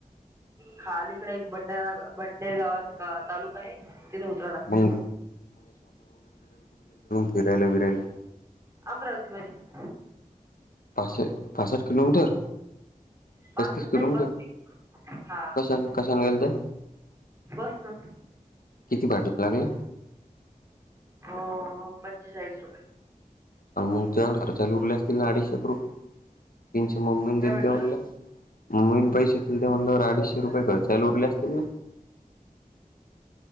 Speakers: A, on the right; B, on the left.
A: खांलीकडे एक बडने बडनेर गावांत एक तालुकां आहे. तिथं उतरावं लागतंय.
B: मग फिरांयले बिरांयले
A: अमरावती बारीतं
B: पांचशे ये पासष्टं किलोमीटर.
A: पासष्ट
B: पस्तीस किलोमीटर
A: नाही पस्तीस हा
B: कश्यां कश्यांले गेलं त्यां
A: बस ना
B: किती भांडवल लागीलं
A: अं पंचेचांळीस रुपये.
B: अव्हं मंग तूंयांकडे खर्चायले उरले असतीलं नां अडीशे रुपये तीनंशे मम्मीनं
A: काय
B: दिलं
A: म्हटलं
B: ते म्हणलं. मम्मीनं पैसे दिलंत म्हंटल्यावर अडिशे रुपये खरच्यांला उरले असतीलं